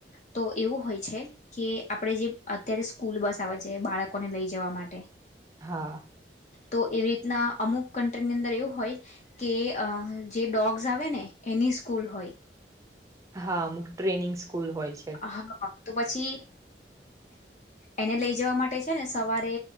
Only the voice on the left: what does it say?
તો એવું હોય છે કે આપણે જે અત્યારે સ્કૂલ બસ આવે છે બાળકોને લઈ જવા માટે
તો એવી રીતના અમુક કન્ટ્રીની અંદર એવું હોય કે જે ડોગ્સ જાવે ને એની સ્કૂલ હોય
હા તો પછી એને લઈ જવા માટે છે ને સવારે